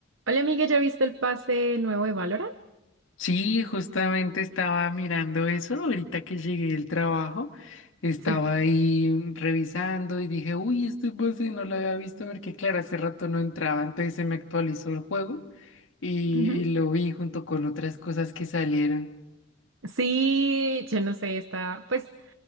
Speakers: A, on the right; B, on the left.
A: Hola amiga, ¿ya viste el pase nuevo de Valorant?
B: Sí, justamente estaba mirando eso ahorita que llegué del trabajo. Estaba
A: Sí.
B: ahí revisando y dije, uy, este base no lo había visto porque, claro, hace rato no entraba, entonces se me actualizó el juego y,
A: Ujú.
B: y lo vi junto con otras cosas que salieron.
A: Sí, yo no sé, está, pues